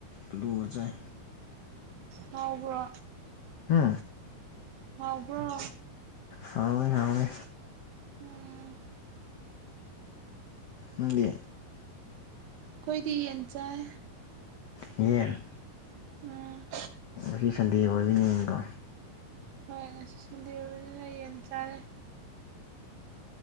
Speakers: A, on the left; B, on the right.
A: ꯑꯂꯨꯒ ꯆꯥꯏ
B: ꯍꯥꯎꯕ꯭ꯔꯣ
A: ꯍꯥ
B: ꯍꯥꯎꯕ꯭ꯔꯣ
A: ꯍꯥꯎꯋꯦ ꯍꯥꯎꯋꯦ
B: ꯎꯨꯝ
A: ꯅꯪꯗꯤ
B: ꯈꯣꯏꯗꯤ ꯌꯦꯟ ꯆꯥꯏ
A: ꯌꯦꯟ
B: ꯎꯝ
A: ꯉꯁꯤ ꯁꯟꯗꯦ ꯑꯣꯏꯕꯣꯏ ꯆꯤꯡꯉꯤꯀꯣ
B: ꯍꯣꯏ ꯉꯁꯤ ꯁꯟꯗꯦ ꯑꯣꯏꯕꯅꯤꯅ ꯌꯦꯟ ꯆꯥꯔꯦ